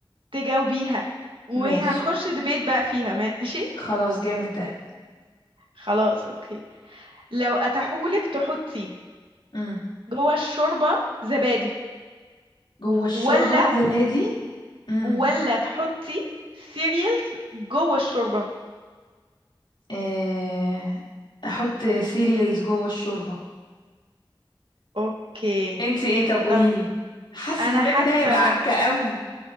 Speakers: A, on the right; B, on the left.
A: تجاوبيها وهنخش
B: ماشي
A: دبيت بقى فيها ماشي
B: خلاص جامد ده
A: خلاص اوكي لو اتاحولك تحطي
B: امم
A: جوه الشوربه زبادي
B: جوه الشوربة
A: ولا
B: زبادي امم
A: ولا تحطي سيريالز جوه الشوربه
B: إيه... احط سيريالز جوه الشوربة
A: اوكي
B: انتي ايه طب قوليلي
A: طب
B: حاسة
A: انا
B: الزبادي
A: حاسه
B: ده هيبقى عكة قوي